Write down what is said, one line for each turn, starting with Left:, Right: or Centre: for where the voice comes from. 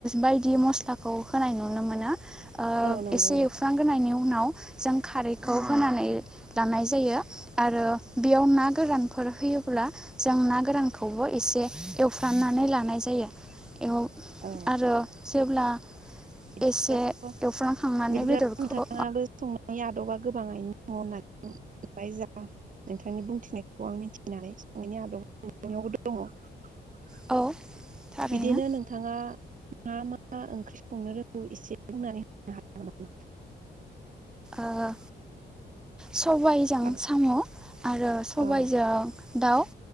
Centre: बायदि मस्ला। खौ होनाय नुनो मोनो।
Right: औ नंगौ
Centre: एसे
Right: नोंथां
Centre: एवफ्रामग्रोनायनि उनाव जों खारैखौ होनानै लानाय जायो आरो बेयाव ना गोरानफोर होयोब्ला जों ना गोरानखौबो एसे एवफ्रामनानै लानाय जायो। एवो
Right: औ
Centre: आरो जेब्ला
Right: <inaudible>
Centre: एसे एवफ्रामखांनानै बेदरखौ
Right: <inaudible>
Centre: औ। थारैनो
Right: बिदिनो नोंथाङा मा मा ओंख्रि संनो रोंगौ एसे बुंनानै होनो <inaudible>
Centre: ओ सबायजों
Right: आरो
Centre: साम' आरो सबायजों
Right: औ
Centre: दाउ